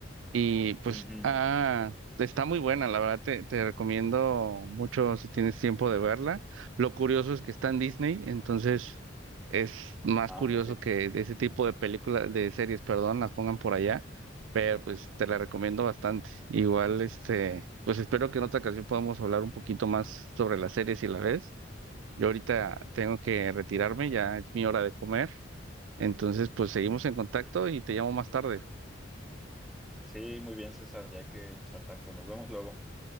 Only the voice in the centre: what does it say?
Ujú.
Ah,
ok.
Sí, muy bien, César, ya que chataco. Nos vemos luego.